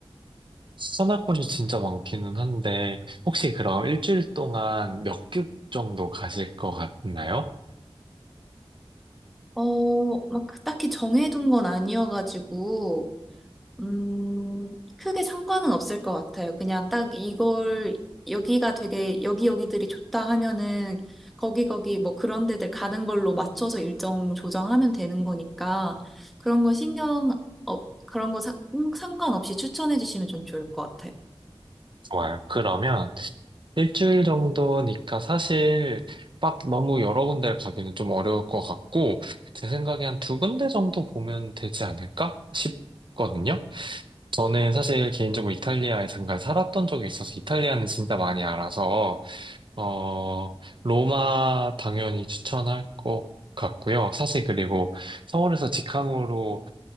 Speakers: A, on the right; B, in the centre.
A: 추천할 곳이 진짜 많기는 한데, 혹시 그럼 일주일 동안 몇 개국 정도 가실 것 같나요?
B: 어, 막 딱히 정해둔 건 아니어가지고 음, 크게 상관은 없을 것 같아요. 그냥 딱 이걸, 여기가 되게, 여기 여기들이 좋다 하면은, 거기 거기 뭐 그런 데들 가는 걸로 맞춰서 일정 조정하면 되는 거니까, 그런 거 신경, 어, 그런 거 사- 음, 상관없이 추천해 주시면 좀 좋을 것 같아요.
A: 좋아요. 그러면 일주일 정도니까 사실 막 너무 여러 군데 가기는 좀 어려울 것 같고, 제 생각에 한 두 군데 정도 보면 되지 않을까 싶거든요. 저는 사실 개인적으로 이탈리아에 잠깐 살았던 적이 있어서 이탈리아는 진짜 많이 알아서, 어, 로마 당연히 추천할 것 같고요. 사실 그리고 서울에서 직항으로